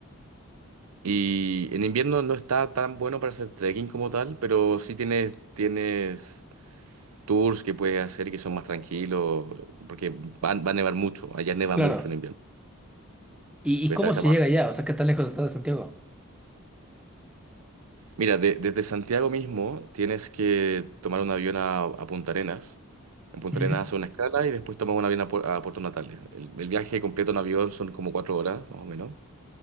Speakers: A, on the right; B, in the centre.
A: Y en invierno no está tan bueno para hacer trekking como tal, pero sí tienes, tienes tours que puedes hacer que son más tranquilos, porque va, va a nevar mucho, allá neva
B: Claro.
A: mucho en invierno.
B: ¿Y,
A: Puedes
B: y cómo
A: estar-
B: se
A: estar-
B: llega allá? O sea, ¿qué tan lejos está de Santiago?
A: Mira, de- desde Santiago mismo tienes que tomar un avión a, a Punta Arenas. En Punta
B: Ujú.
A: Arenas hace una escala y después tomas un avión a, Pu- a Puerto Natales. El, el viaje completo en avión son como cuatro horas, más o menos,